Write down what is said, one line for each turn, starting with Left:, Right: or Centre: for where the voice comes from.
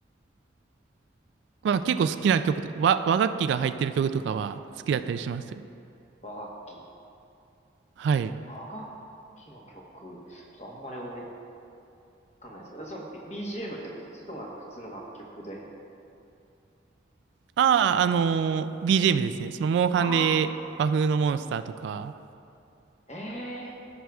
Right: まあ結構好きな曲と、和、和楽器が入ってる曲とかは好きだったりしますよ。
Left: 和楽器。
Right: はい。
Left: 和楽器の曲、ちょっとあんまり思いつかないですけど、その、B、BGM ってことですかそれともなんか普通の楽曲で。
Right: ああ、あのー BGM ですね。その、モンハンで和風のモンスターとか、
Left: ああ、ええ